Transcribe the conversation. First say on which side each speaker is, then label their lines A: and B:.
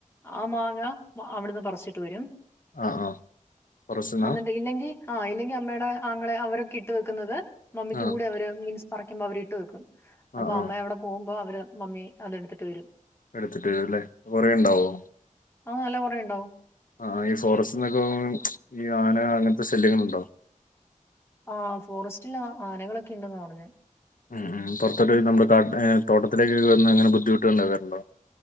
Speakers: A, on the left (about 20°); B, on the left (about 75°).
A: ആഹ് മാങ്ങ അവ്ടുന്ന് പറച്ചിട്ട് വരും.
B: ആ ആ കുറച്ചെന്നാ
A: അന്നണ്ട് ഇല്ലെങ്കി. ആഹ് ഇല്ലെങ്കി അമ്മയുടെ ആങ്ങളെ അവരൊക്കെ ഇട്ട് വെക്കുന്നത് മമ്മിക്കും
B: ആഹ്
A: കൂടെ അവര് മീൻസ് പറിക്കുമ്പോ അവര് ഇട്ട് വെക്കും. അപ്പൊ
B: ആഹ്
A: അമ്മെ
B: ആഹ്
A: അവിടെ പോവുമ്പോ അവര് മമ്മി അത് എടുത്തിട്ട് വരും.
B: എടുത്തിട്ട് വരും ല്ലേ കൊറേണ്ടാവോ.
A: ആഹ് നല്ല കൊറേണ്ടാവും.
B: ആഹ് ഈ ഫോറസ്റ്റ് നിന്നൊക്കെ ഈ ആന അങ്ങൻത്തെ സല്യങ്ങൾ ഇണ്ടോ?
A: ആഹ് ഫോറസ്റ്റിലാ ആനകളൊക്കെ ഇണ്ട്ന്നാ പർഞ്ഞെ.
B: ഉം ഉം പൊർത്ത്ട്ടയ്ഞ്ഞ് നമ്മുടെ കാ ഹ് തോട്ടത്തിലേക്കൊക്കെ വന്ന് അങ്ങനെ ബുദ്ധിമുട്ടുണ്ടാവാറുണ്ടോ?